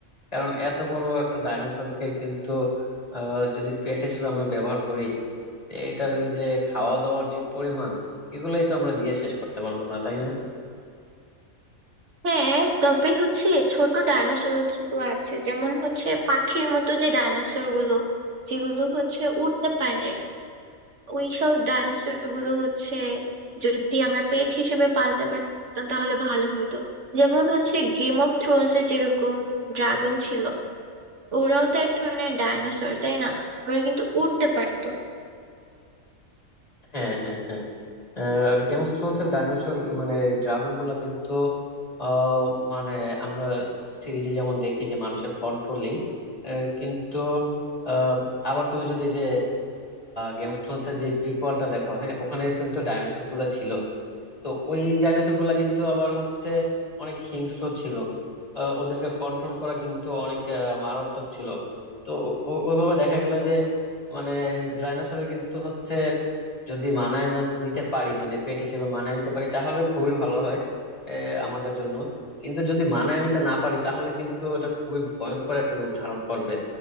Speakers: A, on the left; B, on the right.
A: কারণ এত বড় একটা ডাইনোসরকে কিন্তু আহ, যদি পেট হিসেবে আমরা ব্যবহার করি এটার যে খাওয়া দাওয়ার যে পরিমাণ এগুলাই তো আমরা দিয়ে শেষ করতে পারবো না তাই না
B: হ্যাঁ তবে হচ্ছে ছোট ডাইনোসরও কিন্তু আছে যেমন হচ্ছে পাখির মতো যে ডাইনোসর গুলো যেগুলো হচ্ছে উঠতে পারে ওই সব ডাইনোসর গুলো হচ্ছে যদি আমরা পেট হিসেবে পালতে পারতাম তাহলে ভালো হতো যেমন হচ্ছে গেম অফ থ্রোনস এ যেরকম ড্রাগন ছিল ওরাও তো এক ধরনের ডাইনোসর তাই না ওরা কিন্তু উঠতে পারতো
A: হ্যাঁ হ্যাঁ হ্যাঁ গেম অফ থ্রোনস এর ডাইনোসর মানে ড্রাগন গুলা কিন্তু আহ, মানে আমরা সিরিজে যেমন দেখি যে মানুষের কন্ট্রোলে কিন্তু আহ, আবার তুমি যদি যে গেম অফ থ্রোনস এর যে প্রিকোয়ালটা দেখো হ্যাঁ ওখানে কিন্তু ডাইনোসর গুলা ছিল তো ওই ডাইনোসর গুলা কিন্তু আবার হচ্ছে অনেক হিংস্র ছিল আহ, ওদেরকে কন্ট্রোল করা কিন্তু অনেক আহ, মারাত্মক ছিল তো ও- ও- ওইভাবে দেখা গেল যে মানে ডাইনোসরের কিন্তু হচ্ছে যদি মানায় না নিতে পারি মানে পেট হিসেবে মানায় নিতে পারি তাহলে খুবই ভালো হয় আহ, আমাদের জন্য কিন্তু যদি মানায় নিতে না পারি তাহলে কিন্তু এটা খুবই ভয়ঙ্কর একটা রূপ ধারণ করবে